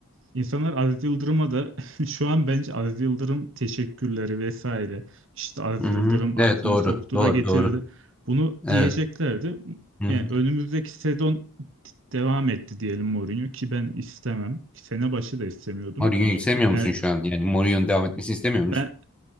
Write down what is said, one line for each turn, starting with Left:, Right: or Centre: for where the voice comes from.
Right: İnsanlar Aziz Yıldırım'a da <laughs> şu an bence Aziz Yıldırım teşekkürleri vesaire işte Aziz
Centre: Hı hı.
Right: Yıldırım
Centre: Evet
Right: aklına
Centre: doğru.
Right: soktu
Centre: Doğru
Right: da getirdi.
Centre: doğru.
Right: Bunu diyeceklerdi.
Centre: Evet. Hı
Right: Yani
Centre: hı.
Right: önümüzdeki sezon devam etti diyelim Mourinho ki ben istemem. Sene başı da istemiyordum.
Centre: Mourinho'yu sevmiyor
Right: Yani
Centre: musun şu an? Yani Mourinho'nun devam etmesini istemiyor musun?
Right: ben